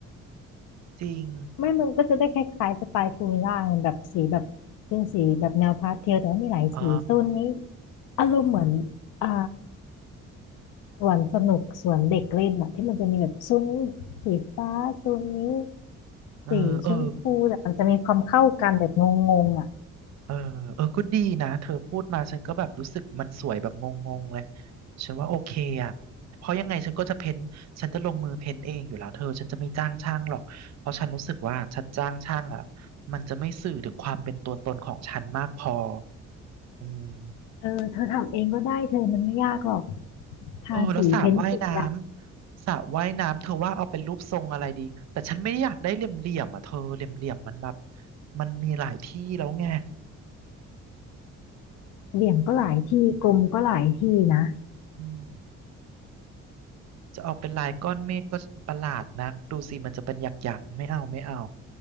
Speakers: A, on the right; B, on the left.
A: จริง
B: ไม่มันก็จะได้คล้ายๆสไตล์ฟูลล่างแบบสีแบบเป็นสีแบบแนวพาสเทลแต่ว่ามีหลายสีโซนนี้
A: อ๋อ
B: อารมณ์เหมือนอ่าสวนสนุกสวนเด็กเล่นอะที่มันจะมีแบบโซนนี้สีฟ้าโซนนี้
A: เออเออ
B: สีชมพูแต่มันจะมีความเข้ากันแบบงงๆอ่ะ
A: เออเออก็ดีนะเธอพูดมาฉันก็แบบรู้สึกมันสวยแบบงงๆเลยฉันว่าโอเคอ่ะเพราะยังไงฉันก็จะเพ้นฉันจะลงมือเพ้นเองอยู่แล้วเธอฉันจะไม่จ้างช่างหรอกเพราะฉันรู้สึกว่าฉันจ้างช่างอ่ะมันจะไม่สื่อถึงความเป็นตัวตนของฉันมากพออืม
B: เออเธอทำเองก็ได้เธอมันไม่ยากหรอกทาสีเพ้นสีอะ
A: เออแล้วสระว่ายน้ำสระว่ายน้ำเธอว่าเอาเป็นรูปทรงอะไรดีแต่ฉันไม่ได้อยากได้เหลี่ยมๆอ่ะเธอเหลี่ยมๆมันแบบมันมีหลายที่แล้วไง
B: เหลี่ยมก็หลายที่กลมก็หลายที่นะ
A: อืม จะเอาเป็นลายก้อนเมฆก็ประหลาดนักดูสิมันจะเป็นหยักๆไม่เอาไม่เอา